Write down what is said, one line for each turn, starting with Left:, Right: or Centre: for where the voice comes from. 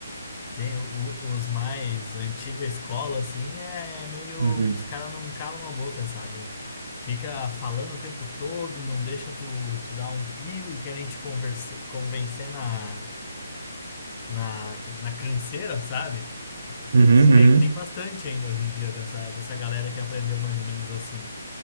Left: Tem o- os mais antiga escola, assim, é é meio.
Right: Uhum.
Left: Os caras não calam a boca, sabe? Fica falando o tempo todo, não deixa tu, tu dar um pio e querem te conversa, convencer na, na, na canseira, sabe?
Right: Uhum, uhum.
Left: Tem, tem bastante ainda hoje em dia dessa, dessa galera que aprendeu mais ou menos assim.